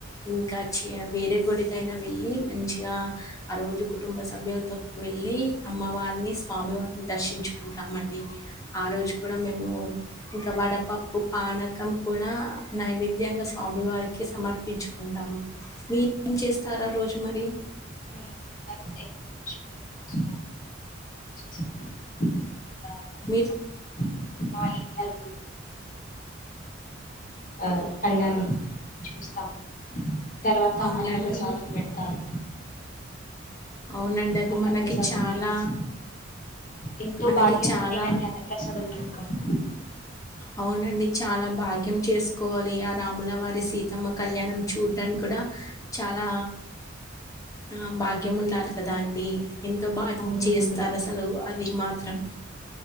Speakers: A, on the left; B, on the left.
A: ఇంకా చి వేరే గుడికైనా వెళ్ళి మంచిగా ఆ రోజు క్ కుటుంబ సభ్యుల్తోక్ వెళ్ళి అమ్మవార్ని, స్వామివార్ని దర్శించుకుంటా మండి, ఆ రోజు కూడా మేము ఇంకా వడపప్పు, పానకం కూడా నైవేద్యంగా స్వామివారికి సమర్పించుకుంటాము, మీ ఏం చేస్తారు ఆ రోజు మరి
B: మేము కూడా ఇల్లంతా శుభ్రం చేసుకొని ఇంట్లో పూజ చేసుకొని ఆ
A: మీర్
B: మా ఇంగల్ ఆ కళ్యానం చూస్తామం తర్వాత
A: అవునండి
B: అన్న ప్రసాదం పెడతారు
A: అవునండి అది
B: అన్న
A: మనకి
B: ప్రసాదం
A: చాలా
B: తెలిసి ఎంతో
A: మనకి
B: భాగ్యం
A: చాలా
B: ఉంటే గాని అన్న ప్రసాదం దొరకదు
A: అవునండి చాలా భాగ్యం చేసుకోవాలి ఆ రాముల వారి సీతమ్మ కళ్యాణం చూడ్డానికి కూడా చాలా ఆ భాగ్యం ఉండాలి కదా అండి. ఎంత బా
B: అవునండి
A: చేస్తారు అసలు ఆ ది మాత్రం